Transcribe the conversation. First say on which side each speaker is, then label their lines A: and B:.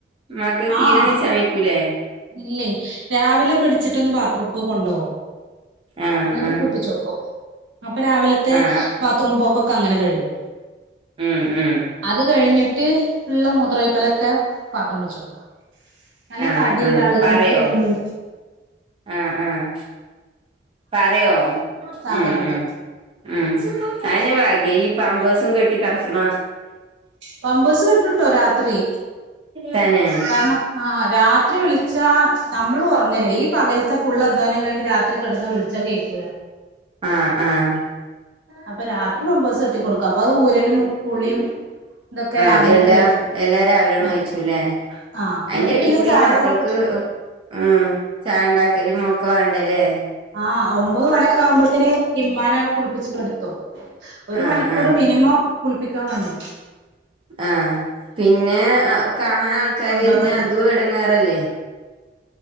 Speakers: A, on the right; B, on the right.
A: ഉമ്മാക്ക് തീരെ
B: ആഹ്
A: എണീച്ചായ്ക്കൂലേ
B: ഇല്ലേ രാവിലെ പിടിച്ചിട്ടൊന്ന് ബാത്റൂമ്ക്ക് കൊണ്ടോവും
A: ആഹ്
B: എന്നിട്ട്
A: ആഹ്
B: കുളിപ്പിച്ചോക്കും അപ്പൊ രാവിലത്തെ
A: ആഹ് അപ്
B: ബാത്ത്റൂം പോക്കൊക്കെ അങ്ങനെ കഴിയും
A: ഉം ഉം
B: അത് കഴിഞ്ഞിട്ട് ഉള്ള മൂത്രൊഴിക്കലൊക്കെ പാത്രം വെച്ചൊടുക്കാ നല്ല
A: ആഹ്
B: തടി യില്ലേ
A: ആഹ്
B: ആള്
A: പറയോ
B: കണ്ടിട്ടില്ലേങ്ങള്
A: ആഹ് ആഹ് പറയോ
B: ആ
A: ഉം
B: പറയും
A: ഉം
B: പറയും
A: ഉം അയന്നെ ഭാഗ്യാ ഈ പാമ്പേഴ്സും കെട്ടി കെട്ക്കണ
B: പാംമ്പേഴ്സ് കെട്ടൂട്ടോ രാത്രി
A: തന്നെ
B: കാരണം ആഹ് രാത്രി വിളിച്ചാ നമ്മളും ഒറങ്ങല്ലേ ഈ പകലത്തെ ഫുള്ള് അ ധ്വാനം കഴിഞ്ഞിട്ട് രാത്രി കെടന്ന് വിളിച്ചാ കേക്കൂല
A: ആഹ് ആഹ്
B: അപ്പൊ രാത്രി പാംമ്പേഴ്സ് കെട്ടി കൊടുക്കും അപ്പൊ അത് ഊരലും കുളിയും ഇതൊക്കെ
A: ആഹ്
B: രാവിലെണ്ട്
A: എല്ലാം
B: കഴിക്കും
A: എല്ലാ രാവിലെയണ്
B: ആ
A: കഴിച്ചുല്ലേ
B: ആ
A: അയിന്റെടേൽ
B: എന്നിട്ട് പിന്നെ
A: കൂടി
B: ചായ
A: മക്കൾക്ക്
B: കൊടുത്തിട്ട്
A: ഉം ചായ ഒണ്ടാക്കലും ഒക്കെ വേണ്ടേല്ലേ
B: ആഹ് ഒമ്പത് മണിക്കൊ ആകുമ്പോത്തിന് ഇമ്മാനെ പ്പിച്ച് കൊടുത്തു ഒരു
A: ആഹ്
B: മണിക്കൂർ
A: ആഹ്
B: മിനിമം കുളിപ്പിക്കാൻ വാണ്ട്യ
A: ആഹ് പിന്നെ കാണാൻ ആൾക്കാര്
B: കൊണ്ടോവലും
A: വെര്നേ അതും ഇടങ്ങേറല്ലേ